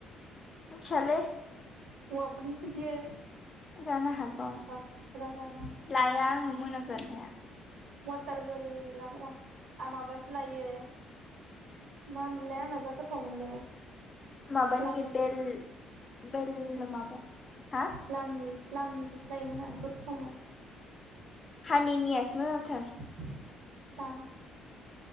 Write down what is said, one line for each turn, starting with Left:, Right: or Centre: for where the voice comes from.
Left: मोन्थियालै
Right: होवाफोरनिसो बियो
Left: जानो हागौ
Right: बाखुरारानो
Left: लाया आङो मोनामजानो हाया
Right: वाटार गोल ला ब्रा आ माबासो लायो मा मोनलाय आंना जा गोथाव मोनलै
Left: माबानि
Right: प्लामनि
Left: बेल बेल माबा हा
Right: लामनि प्लामनिखौसो लायोमोन आं गोथावमोन
Left: हानि नियासो मोजांथार
Right: प्लाम